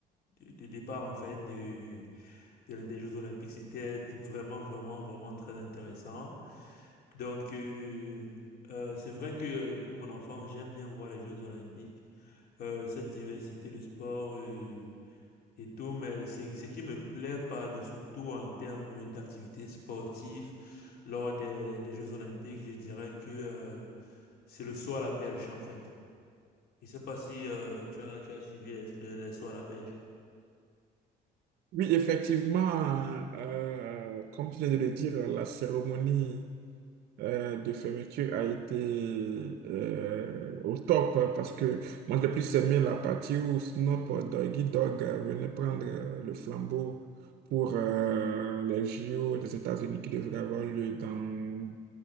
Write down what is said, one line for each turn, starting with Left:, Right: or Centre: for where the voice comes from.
Left: de, de départ en fait de, de- des Jeux Olympiques. C'était vraiment, vraiment, vraiment très intéressant. Donc, euh, euh, c'est vrai que euh, depuis mon enfance, j'aime bien voir les Jeux Olympiques, euh, cette diversité de sports euh, et tout, mais c'est ce qui me plaît par-dessus tout en termes d'activités sportives lors des, des Jeux Olympiques, je dirais que... euh, c'est le saut à la pêche, en fait. Je ne sais pas si euh, tu as, tu as suivi les, les, les sauts à la pêche.
Right: Oui, effectivement, euh, comme tu viens de le dire, la cérémonie euh, de fermeture a été euh, au top hein, parce que moi j'ai plus aimé la partie où Snoop Doggy Dogg euh, venait prendre euh, le flambeau pour euh, les JO des États-Unis qui devraient avoir lieu dans,